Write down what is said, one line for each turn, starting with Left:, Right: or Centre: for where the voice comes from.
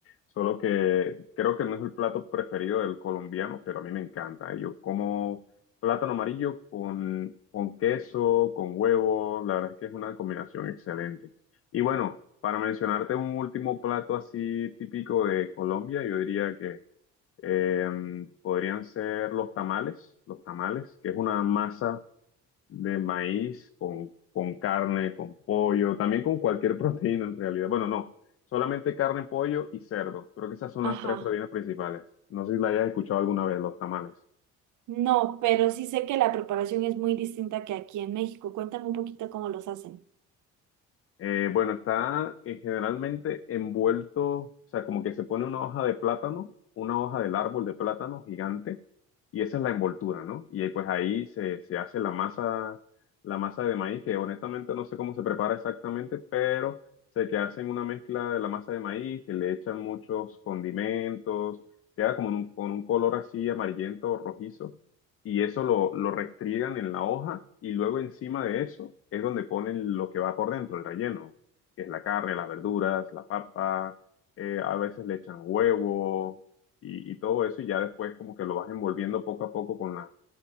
Left: solo que creo que no es el plato preferido del colombiano, pero a mí me encanta. Yo como plátano amarillo con, con queso, con huevo, la verdad es que es una combinación excelente. Y bueno, para mencionarte un último plato así típico de Colombia, yo diría que Eh, podrían ser los tamales, los tamales, que es una masa de maíz con, con carne, con pollo, también con cualquier <laughs> proteína en realidad. Bueno, no, solamente carne, pollo y cerdo. Creo que esas son las
Right: Ajá.
Left: tres proteínas principales. No sé si la hayas escuchado alguna vez, los tamales.
Right: No, pero sí sé que la preparación es muy distinta que aquí en México. Cuéntame un poquito cómo los hacen.
Left: Eh, bueno, está eh, generalmente envuelto, o sea, como que se pone una hoja de plátano, una hoja del árbol de plátano gigante, y esa es la envoltura, ¿no? Y ahí, pues ahí se, se hace la masa, la masa de maíz, que honestamente no sé cómo se prepara exactamente, pero sé que hacen una mezcla de la masa de maíz, que le echan muchos condimentos, queda como en un- con un color así amarillento o rojizo y eso lo, lo restriegan en la hoja y luego encima de eso es donde ponen lo que va por dentro, el relleno, que es la carne, las verduras, la papa, eh, a veces le echan huevo y, y todo eso y ya después como que lo vas envolviendo poco a poco con la,